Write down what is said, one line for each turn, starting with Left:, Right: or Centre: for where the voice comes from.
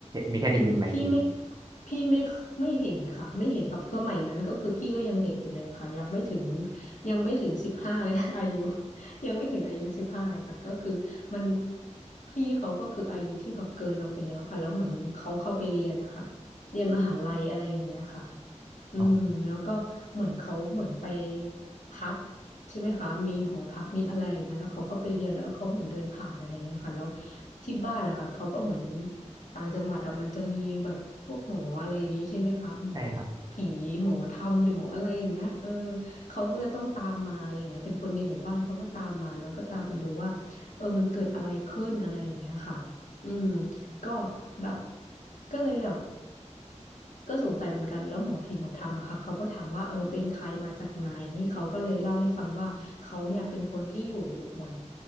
Right: มีแค่ได้ยินมาอีกที
Left: อืมพี่ไม่พี่ไม่ไม่เห็นค่ะไม่เห็นครับสมัยนั้นก็คือพี่ก็ยังเด็กอยู่เลยค่ะยังไม่ถึงยังไม่ถึงสิบห้าเลย <laughs> อายุยังไม่ถึงอายุสิบห้าเลยค่ะก็คือมันพี่เขาก็คืออายุที่แบบเกินเราไปแล้วค่ะแล้วเหมือนเขาเข้าไปเรียนนะคะเรียนมหาลัยอะไรอย่างเงี้ยค่ะ อืมแล้วก็เหมือนเขาเหมือนไป
Right: อ๋อ
Left: พักใช่ไหมคะมีหอพักมีอะไรเนี่ยแล้วเขาก็ไปเรียนแล้วเขาเหมือนเดินผ่านอะไรเงี้ยค่ะแล้วที่บ้านนะคะเขาก็เหมือนต่างจังหวัดอะมันจะมีแบบพวกหมออะไรอย่างงี้ใช่ไหมคะหมอ
Right: ใช่ครับ
Left: ผีหมอธรรมหรือหมออะไรอย่างเงี้ยเออเขาก็จะต้องตามมาอะไรเงี้ยเป็นคนในหมู่บ้านเขาก็ตามมาแล้วก็ตามมาดูว่าเออมันเกิดอะไรขึ้นอะไรอย่างเงี้ยค่ะอืมก็แบบก็เลยแบบ ก็สงสัยเหมือนกันแล้วหมอผีหมอธรรมอะค่ะเขาก็ถามว่าเออเป็นใครมาจากไหน เขาก็เลยเล่าให้ฟังว่า เขาเนี่ยเป็นคนที่อยู่เหมือน